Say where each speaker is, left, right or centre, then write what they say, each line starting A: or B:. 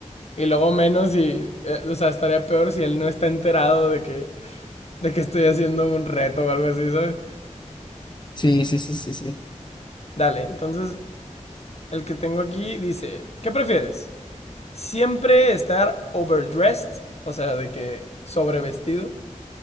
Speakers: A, on the left; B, on the left.
A: Y luego menos si, eh, o sea, estaría peor si él no está enterado de que, de que estoy haciendo un reto o algo así, ¿sabes?
B: Sí, sí, sí, sí, sí.
A: Dale, entonces el que tengo aquí dice, ¿qué prefieres? ¿Siempre estar overdressed, o sea, de que sobrevestido,